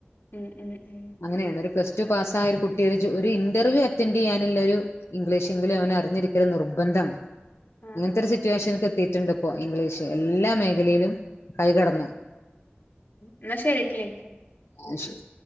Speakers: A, on the left; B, on the left.
A: ഉം ഉം ഉം
B: അങ്ങനെയാണ് ഒരു പ്ലസ് ടു പാസ്സായ ഒരു കുട്ടി ഒരു ചോഒരു ഇന്റർവ്യൂ അറ്റൻഡ്യ്യാനുള്ളൊരു ഇംഗ്ലീഷ് എങ്കിലും അവന് അറിഞ്ഞിരിക്കല് നിർബന്ധാണ്
A: ആ
B: അങ്ങൻത്തെ
A: ആ
B: ഒരു സിറ്റുവേഷൻക്ക് എത്തി റ്റിണ്ട് പ്പോ ഇംഗ്ലീഷ് എല്ലാ മേഖലയിലും കൈകടന്ന്
A: എന്നാ ശരീട്ട് ലീ
B: ആഹ് ശരി